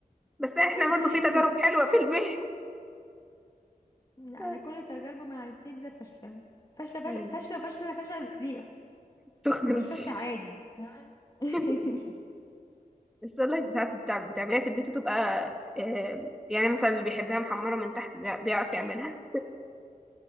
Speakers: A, in the centre; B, on the left.
A: بس احنا
B: ماشي
A: برضو في
B: <laughs>
A: تجارب حلوة في البيت
B: انا
A: <laughs>
B: كل تجاربي مع البيتزا فاشله فاشله فاش-
A: مم.
B: فاشله وفاشله فشل ذريع
A: شكرا
B: مش
A: لطيف
B: فاشله عادي تمام <laughs>
A: <laughs> السلة ساعات بتاع- بتعمليها في البيت وتبقى آه، يعني مثلا اللي بيحبها محمرة من تحت ده بيعرف يعملها